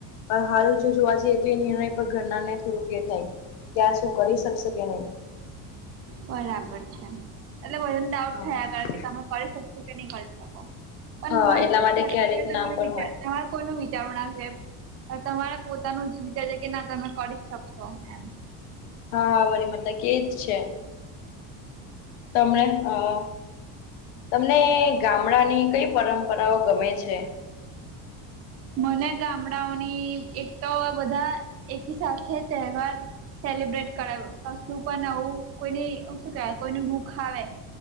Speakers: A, on the left (about 85°); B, on the right (about 35°).
A: પર હાલ. જોવા જઈએ તો એ નિર્ણય પર ઘરના ને થોડું કે થાય ત્યાં શું કરી શકશે કે નહી.
B: બરાબર છે એટલે બધાને ડાઉટ
A: હા
B: થયા
A: હા
B: કારણ કે તમે કરી શકશો કે નહી કરી શકો. પણ
A: હા
B: મ <unintelligible>
A: એટલા માટે ક્યારેક
B: તમારો
A: ના પણ
B: વિચાર
A: હોય
B: તમા. કોઈ નુ વિચાર ના છે તમારા પોતાનું જ વિચાર છે કે ના તમે કરી જ શકશો એમ.
A: હા હા વરી મતલબ કેજ છે. તમણે આ. તમને ગામડાની કઈ પરંપરાઓ ગમે છે.
B: મને ગામડાઓની એક તો બધા એકી સાથે તહેવાર. સેલિબ્રેટ કરાવ કશું પણ આવું કોઈને શું કેવાય કોઈનું દુખ આવે.